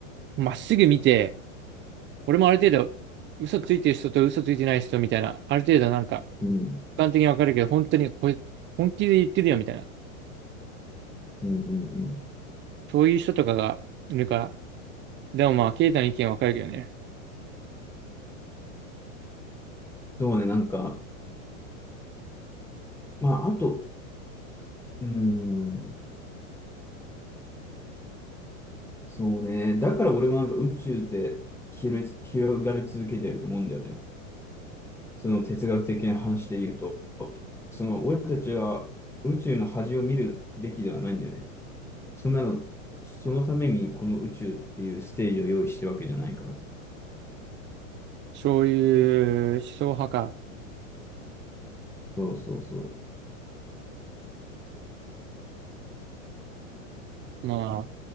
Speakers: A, on the right (about 25°); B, in the centre.
A: まっすぐ見て、俺もある程度、嘘ついてる人と嘘ついてない人みたいな、ある程度なんか、
B: うん、
A: 一般的にわかるけど、本当にこれ、本気で言ってるよみたいな、
B: うん、うん。
A: そういう人とかがいるから、でもまあ、ケイタの意見わかるけどね、
B: そうね、なんか、まあ、あと、うん、そうね。だから俺はなんか宇宙って広い、広がり続けてると思うんだよね。その哲学的な話で言うと、その俺たちは宇宙の端を見るべきではないんだよね。そんなの、そのためにこの宇宙っていうステージを用意してるわけじゃないから。
A: そういう思想派か、
B: そうそうそ
A: まあ、